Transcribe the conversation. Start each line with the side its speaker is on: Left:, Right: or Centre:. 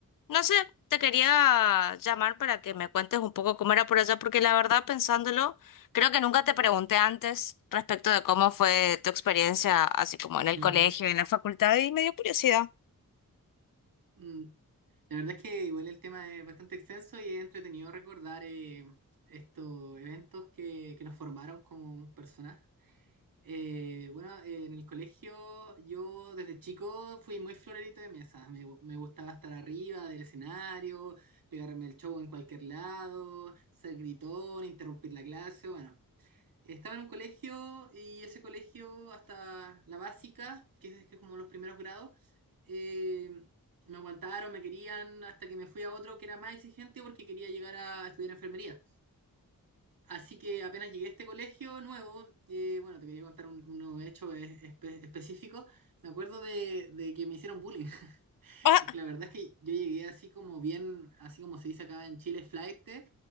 Left: no sé, te quería llamar para que me cuentes un poco cómo era por allá, porque la verdad, pensándolo, creo que nunca te pregunté antes respecto de cómo fue tu experiencia, así como en el
Right: Ujú.
Left: colegio y en la facultad, y me dio curiosidad.
Right: Mm, La verdad es que igual el tema es bastante extenso y es entretenido recordar eh, estos eventos que, que nos formaron como personas. Eh, bueno, eh, en el colegio yo desde chico fui muy florerito de mesa. Me, gu- me gustaba estar arriba del escenario, pegarme el show en cualquier lado, ser gritón, interrumpir la clase, bueno. Estaba en un colegio y ese colegio hasta la básica, que es, que es como los primeros grados, eh, me aguantaron, me querían, hasta que me fui a otro que era más exigente porque quería llegar a estudiar enfermería. Así que apenas llegué a este colegio nuevo, eh, bueno, te quería contar un, uno hecho es- espe- específico, me acuerdo de, de que me hicieron bullying. <laughs>
Left: Ah,
Right: Es que la verdad es que yo llegué así como bien, así como se dice acá en Chile, flaite,